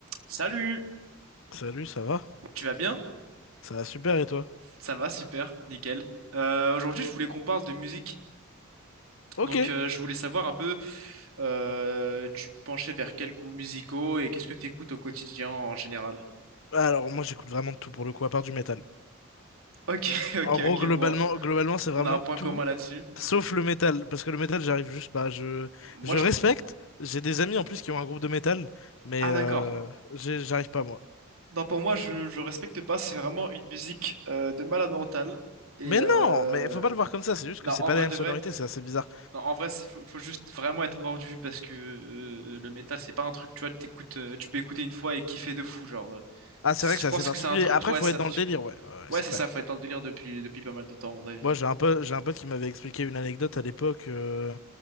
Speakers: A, on the right; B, on the left.
A: Salut,
B: Salut, ça va?
A: tu vas bien?
B: Ça va super et toi?
A: Ça va, super, nickel. Euh, aujourd'hui, je voulais qu'on parle de musique.
B: Ok.
A: Donc, euh, je voulais savoir un peu, euh, tu penchais vers quels goûts musicaux et qu'est-ce que tu écoutes au quotidien en général?
B: Alors moi j'écoute vraiment de tout pour le coup, à part du métal.
A: Ok, <laughs> ok,
B: En gros,
A: ok,
B: globalement,
A: bon,
B: globalement, c'est vraiment
A: on a un point
B: tout,
A: commun là-dessus.
B: sauf le métal. Parce que le métal, j'arrive juste pas. Je, je
A: Moi, je...
B: respecte. J'ai des amis en plus qui ont un groupe de métal, mais
A: Ah,
B: euh,
A: d'accord.
B: j'ai- j'arrive pas moi.
A: Non, pour moi, je, je respecte pas, c'est vraiment une musique euh, de malade mental. Et
B: Mais
A: euh,
B: non, mais faut pas le voir comme ça, c'est juste
A: non,
B: que c'est
A: en
B: pas
A: vrai
B: la même
A: de
B: sonorité,
A: vrai,
B: c'est assez bizarre.
A: Non, en vrai, c'est- faut, faut juste vraiment être mordu parce que euh, le métal, c'est pas un truc, tu vois, t'écoutes, euh, tu peux écouter une fois et kiffer de fou, genre. euh,
B: Ah, c'est
A: c-
B: vrai que
A: je
B: c'est
A: pense
B: assez particulier.
A: que c'est un truc,
B: Après,
A: ouais,
B: faut
A: c'est
B: être
A: ça
B: dans
A: particulier.
B: le délire, ouais, ouais, ouais,
A: Ouais,
B: c'est
A: c'est
B: clair.
A: ça, faut être dans le délire depuis, depuis pas mal de temps, à mon avis.
B: Moi, j'ai un pote, j'ai un pote qui m'avait expliqué une anecdote à l'époque euh,